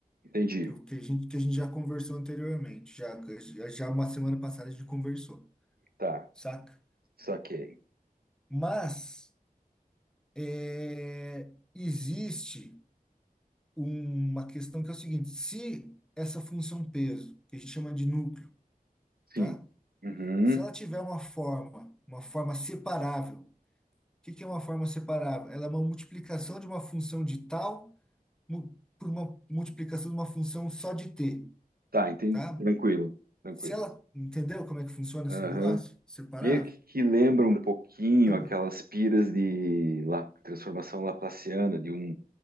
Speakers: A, on the right (about 80°); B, in the centre.
A: entendi.
B: que, o- que a gente, que a gente já conversou anteriormente, já, já já uma semana passada a gente conversou,
A: Tá,
B: saca?
A: saquei.
B: Mas é, existe uma questão que é o seguinte: se essa função peso, que a gente chama de núcleo,
A: Sim.
B: tá?
A: Uhum.
B: Se ela tiver uma forma, uma forma separável, o que que é uma forma separável? Ela é uma multiplicação de uma função de tal mu- por uma multiplicação de uma função só de t,
A: Tá, entendi.
B: tá?
A: Tranquilo, tranquilo.
B: Se ela, entendeu como é que funciona esse
A: Aham.
B: negócio? Separável?
A: Meio que, que lembra um pouquinho
B: Então,
A: aquelas piras de La- transformação laplaciana de um,